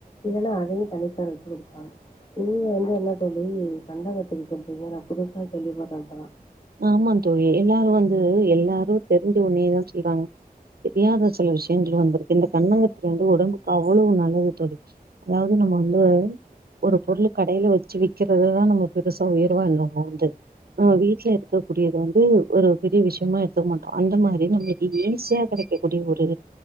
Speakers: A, on the left; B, on the right.
A: இல்லனா அதையு தண்ணி சாறு வச்சு குடிப்பாங்க நீங்க வந்து என்ன தோழி கண்டங்கத்திரி சொல்றீங்க நா புதுசா கேள்வி பட்ற இப்பதா
B: ஆமா தோழி எல்லாரு வந்து எல்லாரு தெரிஞ்ச ஒண்ணேதா சொல்றாங்க தெரியாத சில விஷயங்கள் வந்து இருக்கு இந்த கண்டங்கத்தரி வந்து உடம்க்கு அவ்வளோ நல்லது தோழி அதாவது நம்ம வந்து ஒரு பொருள் கடையில வச்சு விக்கறததா நம்ம பெருசா உயர்வா எண்ணுவோ வந்து நம்ம வீட்ல இரு க்கக்கூடியத வந்து ஒரு பெரிய விஷயமா எடுத்துக்க மாட்டோ அந்த மாரி நம்மளுக்கு ஈசியா கெடைக்கக்கூடிய ஒரு